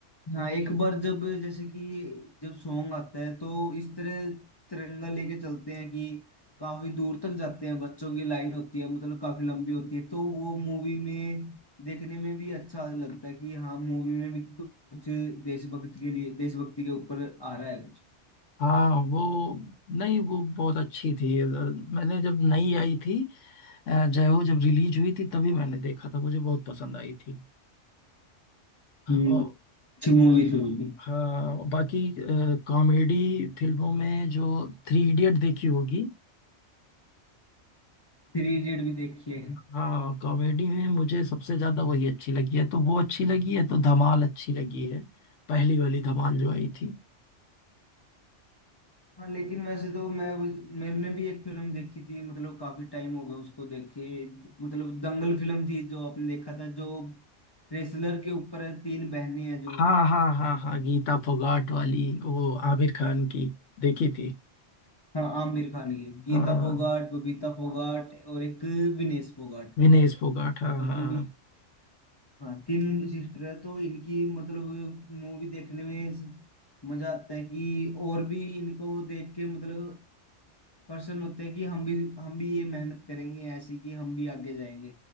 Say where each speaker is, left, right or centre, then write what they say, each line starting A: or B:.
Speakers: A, on the left; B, on the left.
A: हाँ एक बार जब जैसे कि जब सॉन्ग आता है तो इस तरह तिरंगा लेके चलते हैं कि काफी दूर तक जाते हैं बच्चों की लाइन होती है मतलब काफी लंबी होती है तो वो मूवी में देखने में भी अच्छा लगता है कि हाँ मूवी में भी कुछ देशभक्ति के लिए देशभक्ति के ऊपर आ रहा है कुछ
B: हाँ वो नहीं वो बहुत अच्छी थी अ, मैंने जब नई आई थी अ, जय हो जब रिलीज हुई थी तभी मैंने देखा था मुझे बहुत पसंद आई थी
A: हम्म
B: और
A: अच्छी मूवी थी वो भी।
B: हाँ बाकी कॉमेडी फिल्मों में जो थ्री इडियट देखी होगी
A: थ्री इडियट भी देखी है
B: हाँ कॉमेडी में मुझे सबसे ज्यादा वही अच्छी लगी है तो वो अच्छी लगी है तो धमाल अच्छी लगी है पहली वाली धमाल जो आई थी
A: हाँ लेकिन वैसे तो मैं मैंने भी एक फिल्म देखी थी मतलब काफी टाइम हो गया उसको देखे मतलब दंगल फिल्म थी जो आपने देखा था जो रेसलर के ऊपर है, तीन बहनें हैं जो
B: हाँ हाँ हाँ हाँ गीता फोगाट वाली वो आमिर खान की देखी थी
A: हाँ आमिर खान की गीता
B: हाँ
A: फोगाट बबीता फोगाट और एक विनेश फोगाट
B: विनेश फोगाट हाँ
A: मतलब
B: हाँ
A: ये हाँ तीन सिस्टर है तो इनकी मतलब मूवी देखने में स- मजा आता है कि और भी इनको देख के मतलब पर्सन होते हैं कि हम भी हम भी ये मेहनत करेंगे ऐसी कि हम भी आगे जाएंगे